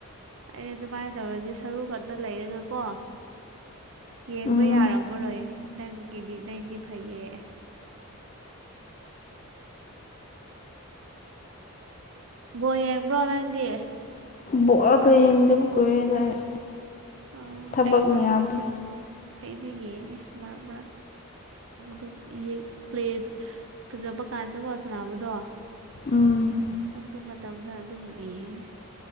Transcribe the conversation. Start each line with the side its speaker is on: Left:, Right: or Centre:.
Right: ꯑꯩ ꯑꯗꯨꯃꯥꯏꯅ ꯇꯧꯔꯗꯤ ꯁꯔꯨ ꯈꯛꯇ ꯂꯩꯔꯒ ꯀꯣ ꯌꯦꯡꯕ
Left: ꯎꯝ
Right: ꯌꯥꯔꯝꯃꯔꯣꯏ ꯅꯪꯒꯤꯗꯤ ꯅꯪꯗꯤ ꯐꯩꯌꯦ ꯕꯣꯜ ꯌꯦꯡꯕ꯭ꯔꯣ ꯅꯪꯗꯤ
Left: ꯕꯣꯜꯒ ꯌꯦꯡꯗꯕ ꯀꯨꯏꯔꯦꯗ‌ ꯑꯩ
Right: ꯑꫭ
Left: ꯊꯕꯛꯅ
Right: ꯑꯩꯗꯤ
Left: ꯌꯥꯗ꯭ꯔꯦ
Right: ꯑꯩꯗꯤ ꯌꯦꯡꯉꯦ ꯃꯔꯛ ꯃꯔꯛ ꯑꯗꯨꯝ ꯄ꯭ꯂꯦ ꯐꯖꯕ ꯀꯥꯟꯗꯀꯣ ꯁꯅꯕꯗꯣ
Left: ꯎꯝ
Right: ꯑꯗꯨ ꯃꯇꯝꯗ ꯑꯗꯨꯝ ꯌꯦꯡꯉꯦ